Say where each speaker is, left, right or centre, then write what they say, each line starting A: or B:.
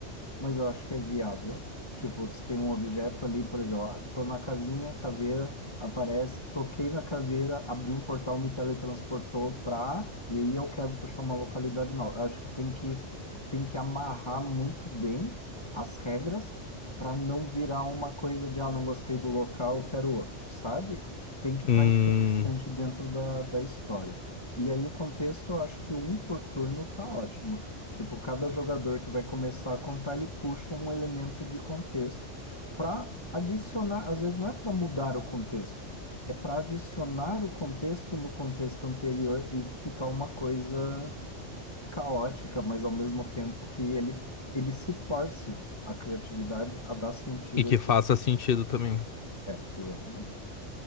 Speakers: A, on the left (about 20°); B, on the left (about 50°).
A: mas eu acho que é viável. Tipo, se tem um objeto ali, por exemplo, ah, tô na casinha, caveira aparece, toquei na caveira, abri um portal, me teletransportou pra, e aí eu quero puxar uma localidade nova. Eu acho que tem que tem que amarrar muito bem as regras para não virar uma coisa de ah, não gostei do local, eu quero outro, sabe? Tem que estar
B: hum,
A: interessante dentro da, da história. E aí o contexto, eu acho que um por turno tá ótimo. Tipo, cada jogador que vai começar a contar, ele puxa um elemento de contexto para adicionar, às vezes não é para mudar o contexto, é para adicionar o contexto no contexto anterior e ficar uma coisa caótica, mas ao mesmo tempo que ele, ele se force a criatividade a dar sentido
B: e que
A: àquilo.
B: faça sentido também.
A: É, exatamente.